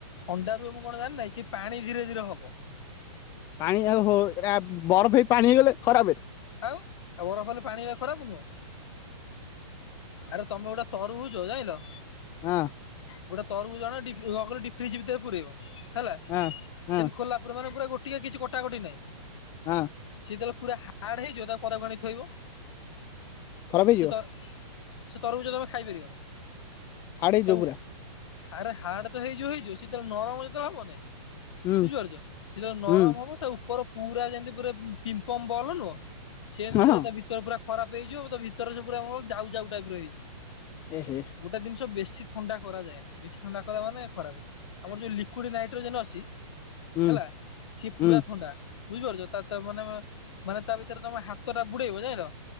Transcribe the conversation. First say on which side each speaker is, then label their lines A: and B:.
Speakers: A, on the left; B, on the left.
A: ଅଣ୍ଡା ରୁହେ ମୁଁ କଣ ଜାଣି, ନାହିଁ ସେ ପାଣି ଧୀରେ ଧୀରେ ହବ।
B: ପାଣି ଓହୋ ଏ ଆପ ବରଫ ହେଇ ପାଣି ହେଇଗଲେ ଖରାପେ?
A: ଆଉ ଆଉ ବରଫ ହେଲେ ପାଣିରା ଖରାପ୍ ନୁହଁ। ଆରେ ତମେ ଗୋଟେ ତରୁଭୁଜ ଜାଇଁଲ
B: ହଁ।
A: ଗୋଟେ ତରଭୁଜ ଆଣ ଡି ଡିଫ୍ରିଜ ଭିତରେ ପୁରେଇବ। ହେଲା
B: ହଁ
A: ସେମିତି
B: ହଁ
A: ଖୋଲା ପ ମାନେ ପୁରା ଗୋଟିଏ କିଛି କଟାକଟି ନାଇଁ।
B: ହଁ।
A: ସିଏ ତାହେଲେ ପୁରା ହାଡ ହେଇଯିବ ତାକୁ ପଦାକୁ ଆଣିକି ଥୋଇବ
B: ଖରାପ ହେଇଯିବ
A: ସେ ତ ସେ ତରଭୁଜ ତମେ ଖାଇପାରିବନି
B: ହାର୍ଡ ହେଇଯିବ
A: ତା।
B: ପୁରା
A: ଆରେ ହାଡ ତ ହେଇଯିବ ଯିବ ହେଇଛୁ ସେତେବେଳେ ନରମ ହବନି।
B: ହୁଁ
A: ବୁଝିପାରୁଛ, ସେ ନରମ
B: ହୁଁ
A: ହବ ତା ଉପର ପୁରା ଯେମିତି ପମ ପମ୍ପ ବଲ ନୁହଁ। ସେଏ
B: ହଁ
A: ପୁରା ତା ଭିତରେ ପୁରା ଖରାପ ହେଇଯିବ ତା ଭିତରେ ଯୋଉ ପୁରା ଯାଉ ଯାଉ ଟାଇପ ର ହେଇଯିବ।
B: ଏହେ।
A: ଗୋଟେ ଜିନଷ ବେଶୀ ଥଣ୍ଡା କରାଯାଏ ନାଇ, ବେଶୀ ଥଣ୍ଡା କଲା ମାନେ ଖରାପ। ଆମର ଯୋଉ ଲିକୁଇଡ୍ ନାଇଟ୍ରୋଜନ ଅଛି।
B: ହୁଁ
A: ହେଲା, ସିଏ
B: ହୁଁ
A: ପୁରା ଥଣ୍ଡା ବୁଝିପାରୁଛ ତା ତା ମାନେ ମାନେ ତା ଭିତରେ ତମେ ହାତଟା ବୁଡେଇବ ଜାଣିଲ,